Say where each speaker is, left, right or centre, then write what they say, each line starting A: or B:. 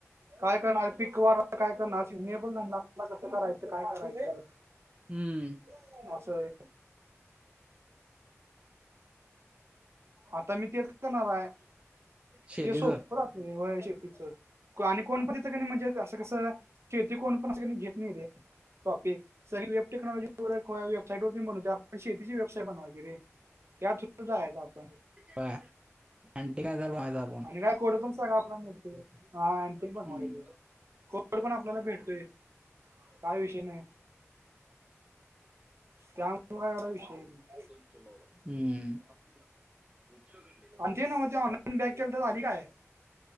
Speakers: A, on the right; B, on the right.
A: काय करणार पिक वा काय करणार सिजनेबलला कसं करायचं काय करायचं?
B: हम्म.
A: असं आहे. आता मी तेच करणार आहे.
B: शेतीच
A: ते सोपं राहतय होय शेतीचं. आणि कोण पण तिथं क म्हणजे असं कसं शेती कोण पणं कणी घेत नाही रे. टॉपिक स वेब टेक्नॉलॉजी वेबसाईट वर ब शेतीची वेब साईट बनवायची रे त्या थ्रु जा आहे आपण.
B: होय आणटी काय तर बनवायचं आपण
A: आणि का कोड पण सगा आपला मिळतय रे. हा आण ते पण
B: हम्म
A: व्हायचं कोड पण आपल्याला भेटतोय काय विषय नाही. त्याग काय एढा विषय नई.
B: हम्म.
A: आणि ते नव्ह ते ऑनलाईन बॅक केलं तर झाली काय?